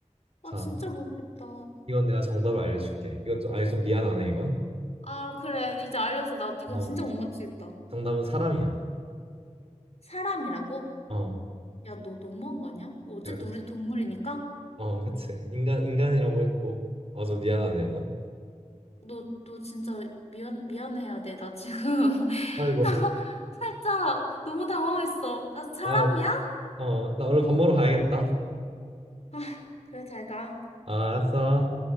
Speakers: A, on the left; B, on the right.
A: 아,
B: 자,
A: 진짜 모르겠다.
B: 이건 내가 정답을 알려줄게. 이건 좀, 아니, 좀 미안하네, 이건.
A: 아, 그래. 이제 알려줘. 나 이건
B: 어.
A: 진짜 못 맞추겠다.
B: 정답은 사람이야.
A: 사람이라고?
B: 어.
A: 야, 너 너무한 거 아니야? 어쨌든
B: 야, 그-
A: 우리도 동물이니까?
B: 어, 그치. 인간, 인간이라고 했고. 어, 좀 미안하네, 이건.
A: 너, 너 진짜 미안, 미안해야 돼. 나 지금
B: 아이고.
A: <laughs> 살짝 너무 당황했어. 나 사람이야?
B: 아, 어, 나 얼른 밥 먹으러 가야겠다.
A: 아, 그래, 잘 가.
B: 아, 알았어.